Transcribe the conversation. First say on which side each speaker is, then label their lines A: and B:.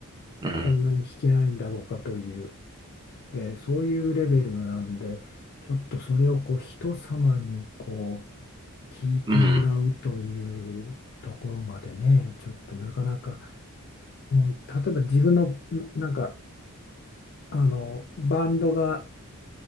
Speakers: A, on the right; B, on the left.
A: うん
B: こんなに弾けないんだろうかという、えーそういうレベルなんでちょっとそれをこう人様にこう聞いてもらうというところまでねちょっとなかなか
A: うん
B: もう例えば自分のななんかあのバンドが